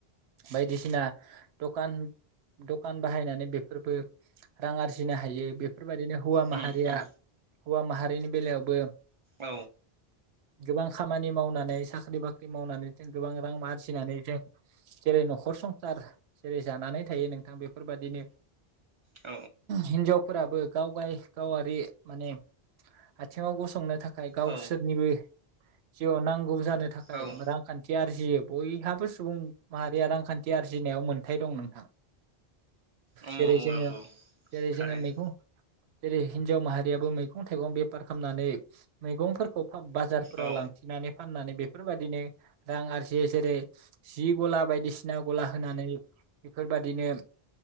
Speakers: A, on the right; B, on the right.
A: बायदिसिना दखान दखान बाहायनानै बेफोरबो रां आरजिनो हायो बेफो‌ रबादिनो हौवा माहारिया
B: उम उम
A: हौवा माहारिनि बेलायावबो
B: औ
A: गोबां खामानि मावनानै सा ख्रि बाख्रि मावनानै जों गोबां रां आरजिनानै जों जेरै नखर संसार जेरै जानानै थायो नोंथां बेफोरबादिनो
B: औ
A: हिनजावफोराबो गावगाय गावारि माने आथिङाव गसंनो थाखाय गावसोरनिबो
B: औ
A: जिउआव नांगौ जानो था खाय
B: औ
A: रांखान्थि आरजियो बयहाबो सुबुं माहारिया रांखान्थि आरजिनायाव मोनथाय दं नोंथां।
B: औ
A: जेरै जोङो
B: नंगौ
A: जेरै
B: थारैनो
A: जोंओ मेगं जेरै हिनजाव माहारियाबो मैगं थाइगं बेपार खामनानै मैगंफोरखौ बाजारफोराव
B: औ
A: लांथिंनानै फाननानै बे फोरबादिनो रां आरजियो। जेरै जि गला बायदिसिना गला होनानै बेफोरबादिनो